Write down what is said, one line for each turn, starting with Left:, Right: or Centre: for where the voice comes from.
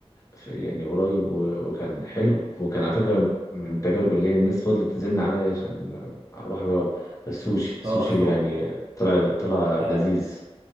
Left: في- يعني قريب و- وكان حلو وكان على فكره من التجارب اللي هي الناس فضلت تزن عليا عشان اروح اجرب السوشي السوشي
Right: اه ايه هو
Left: يعني طلع طلع
Right: ده
Left: لذيذ